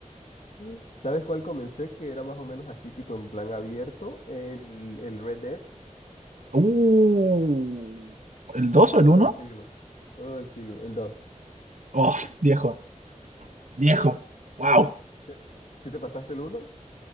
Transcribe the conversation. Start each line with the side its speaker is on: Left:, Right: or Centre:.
Left: Mm. ¿Sabes cuál comencé? Que era más o menos así, tipo en plan abierto, el, el Red Dead,
Right: Uh, ¿el 2 o
Left: juego
Right: el uno?
Left: del siglo, juego del siglo, el 2.
Right: Oh, viejo, viejo. Wow.
Left: ¿Sí sí te pasaste el uno?